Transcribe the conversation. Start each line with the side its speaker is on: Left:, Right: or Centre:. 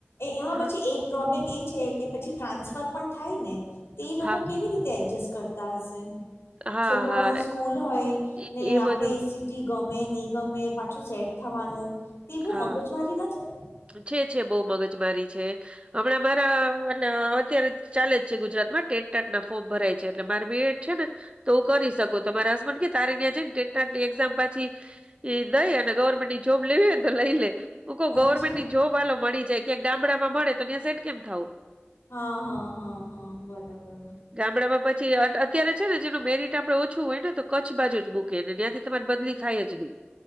Left: એમાં
Right: હા,
Left: પછી એક ડ્રોબેક એ છે. કે પછી ટ્રાન્સફર પણ થાય ને તે એ લોકો
Right: હા,
Left: કેવી રીતે એડજસ્ટ કરતા હશે.
Right: હા,
Left: છોકરાઓનું
Right: હા.
Left: સ્કૂલ હોય
Right: એ
Left: ને
Right: એ
Left: આપણે
Right: બધું
Left: એસી ગમે નહી ગમે પાછું સેટ થવાનું તે બહું
Right: હા,
Left: મગજ મારી નથી?
Right: છે છે બહુ મગજમારી છે હમણાં મારા અત્યારે ચાલે જ છે ગુજરાત માં ટેટ ટાટ ના ફોર્મ ભરાય છે એટલે મારે બી એડ છે ને તો હું કરી શકું તમારા હસબન્ડ કે તારી ન્યા જઈ ટેટ ટાટા એક્ઝામ પછી એ દઈ અને ગવર્મેન્ટની જોબ લેવીને તો લઈ લે હું કહ ગવર્મેન્ટ
Left: અચ્છા
Right: જોબ હાલો મળી જાય ક્યાં ગામડામાં મળે તો ત્યાં સેટ કેમ થાવુ
Left: હા હા હા હા બરાબર
Right: ગામડામાં પછી અત-અત્યારે છે ને જેનું મેરિટ આપે ઓછું હોય ને તો કચ્છ બાજુ જ મૂ કે ત્યાં થી તમારી બદલી થાય જ નહીં.